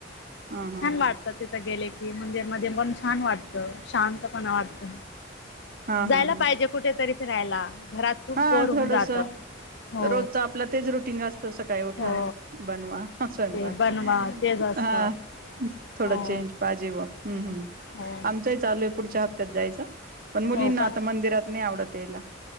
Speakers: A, on the right; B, on the left.
A: हा हा
B: छान
A: हा
B: वाटत. तिथं गेले की, मंदिर मध्ये पण छान वाटतं. शांत पण वाटत.
A: हा हा
B: जायला पाहिजे कुठेतरी फिरायला. घरात खूप
A: हा
B: बोर होऊन
A: थोडस.
B: जात हो
A: रोजच आपलं तेच रुटीग असत. सकाळी उठा,
B: हो
A: बनवा स्वयंपाक.
B: ते बनवा तेच असतं
A: ह थोड
B: हो
A: चेंज. बाजीबा. हम्म हम्म
B: हो
A: आमचही चालूये. पुढच्या हप्त्यात जायचं. पण मुलींना
B: हो का
A: आता मंदिरात नाही आवडत यायला.